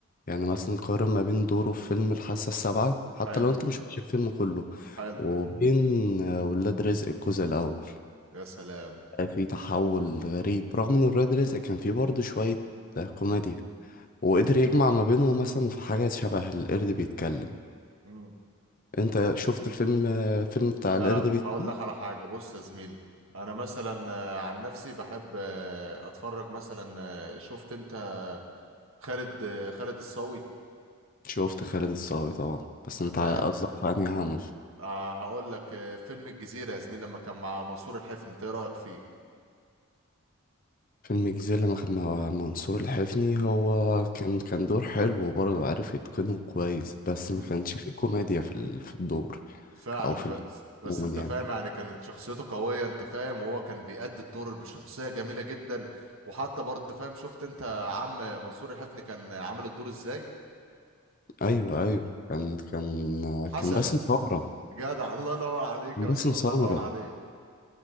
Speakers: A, on the left; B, on the right.
A: يعني مثلا قارن ما بين دوره في فيلم الحاسة السابعة حتى
B: حلو
A: لو انت مش شفتش الفيلم كله
B: حلو
A: وبين آه، ولاد رزق الجزء الاول
B: يا سلام
A: آه، في تحول غريب رغم ان ولاد رزق كان فيه برضه شوية آه، كوميديا
B: امم
A: وقدر يجمع ما بينهم مثلا في حاجات شبه القرد بيتكلم
B: امم
A: انت شفت الفيلم آه، فيلم
B: لا
A: بتاع القرد بيتكلم
B: هقول لك على حاجة بص يا زميلي انا مثلا آه، عن نفسي بحب آه، اتفرج مثلا آه، شفت انت خالد آه، خالد الصاوي
A: شفت خالد الصاوي طبعا
B: انت
A: بس انت
B: فاهم
A: قصدك في انهي عمل
B: آه، هقول لك آه، فيلم الجزيرة يا زميلي لما كان مع منصور الحفني انت ايه رأيك فيه
A: فيلم الجزيرة لما كان مع منصور الحفني هو
B: مم.
A: كان كان دور حلو وبرضه عارف يتقنه كويس بس
B: مم.
A: ما كانش فيه كوميديا في ال- في الدور
B: فعلا
A: او في
B: بس
A: ال-
B: بس
A: عموما
B: انت
A: يعني
B: فاهم يعني كانت شخصيته قوية انت فاهم وهو كان بيأدي الدور بشخصية جميلة جدا وحتى برضه انت فاهم شفت انت عم منصور الحفني كان عامل الدور ازاي
A: ايوه ايوه كان كان
B: حسن
A: كان باسم سمرة
B: جدع الله ينور عليك
A: كان
B: يا
A: باسم
B: اسطى
A: سمرة
B: الله ينور عليك